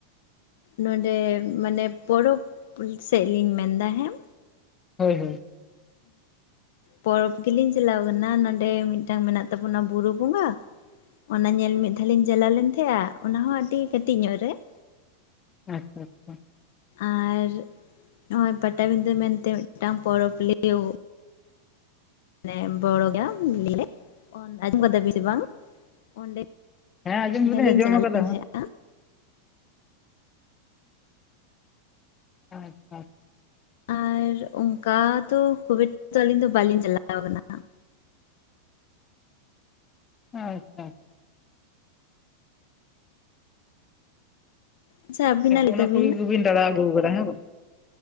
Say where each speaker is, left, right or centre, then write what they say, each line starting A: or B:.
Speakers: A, on the left; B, on the left.
A: ᱱᱚᱸᱰᱮ ᱢᱟᱱᱮ ᱯᱚᱨᱚᱵᱽ ᱥᱮᱫ ᱞᱤᱧ ᱢᱮᱱᱫᱟ ᱦᱮᱸ᱾
B: ᱦᱳᱭ ᱦᱳᱭ᱾
A: ᱯᱚᱨᱚᱵᱽ ᱜᱮᱞᱤᱧ ᱪᱟᱞᱟᱣ ᱠᱟᱱᱟ ᱱᱟᱰᱮ ᱢᱤᱫᱴᱟᱝ ᱢᱮᱱᱟᱜ ᱛᱟᱵᱚᱱᱟ ᱵᱩᱨᱩ ᱵᱚᱸᱜᱟ᱾ ᱚᱱᱟ ᱧᱮᱞ ᱢᱤᱫ ᱫᱷᱟᱣ ᱞᱤᱧ ᱪᱟᱞᱟᱣ ᱞᱮᱱ ᱛᱟᱦᱮᱸᱜᱼᱟ ᱚᱱᱟ ᱦᱚᱸ ᱟᱹᱰᱤ ᱠᱟᱹᱴᱤᱡ ᱧᱚᱜ ᱨᱮ ᱾
B: ᱟᱪᱪᱷᱟ ᱟᱪᱪᱷᱟ᱾
A: ᱟᱨ ᱱᱚᱜᱼᱚᱭ ᱯᱟᱴᱟᱵᱤᱸᱫᱟᱹ ᱢᱮᱱᱛᱮ ᱢᱤᱫᱴᱟᱝ ᱯᱚᱨᱚᱵᱽ ᱞᱮᱭᱟᱹᱜ᱾ ᱢᱟᱱᱮ ᱵᱚᱲᱚ ᱜᱮ <unintelligible> ᱟᱸᱡᱚᱢ ᱠᱟᱫᱟ ᱵᱤᱱ ᱥᱮ ᱵᱟᱝ? ᱚᱸᱰᱮ
B: ᱦᱮᱸ ᱟᱸᱡᱚᱢ
A: ᱢᱤᱫᱷᱟᱞᱤᱧ
B: ᱫᱚᱞᱤᱧ ᱟᱸᱡᱚᱢ
A: ᱪᱟᱞᱟᱣ
B: ᱟᱠᱟᱫᱟ
A: ᱞᱮᱱ ᱛᱟᱦᱮᱸᱜ᱾
B: ᱟᱪᱪᱷᱟ᱾
A: ᱟᱨ ᱚᱱᱠᱟ ᱫᱚ ᱠᱷᱩᱵ ᱮᱠᱴᱟ ᱫᱚ ᱟᱹᱞᱤᱧ ᱫᱚ ᱵᱟᱹᱞᱤᱧ ᱪᱟᱞᱟᱣ ᱠᱟᱱᱟ ᱾
B: ᱟᱪᱪᱷᱟ᱾
A: ᱟᱪᱪᱷᱟ ᱟᱹᱵᱤᱱᱟᱜ ᱞᱟᱹᱭ
B: ᱚᱱᱟ
A: ᱛᱟᱵᱤᱱ
B: ᱠᱚᱜᱮᱵᱤᱱ ᱫᱟᱬᱟ ᱟᱹᱜᱩ ᱠᱟᱫᱟ ᱦᱮᱸ ᱵᱟᱝ